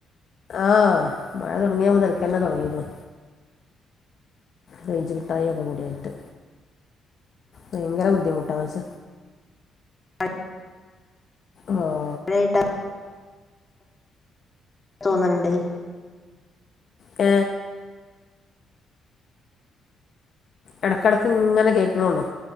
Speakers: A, on the left; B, on the left.
A: ആഹ് മഴ തൊടങ്ങിയെ മുതൽക്കെന്നെ തൊടങ്ങീക്ക്ണ് റേഞ്ച് ക്ട്ടായി ഒക്കെക്കൂടിയായിട്ട് ഭയങ്കര ബുദ്ധിമുട്ട മൻസ
B: <unintelligible>
A: ആഹ്
B: <unintelligible> തോന്ന്ണ്ണ്ടെയ്
A: ഹ് ഇടക്കിടക്ക് ഇങ്ങനെ കേക്കണള്ളോ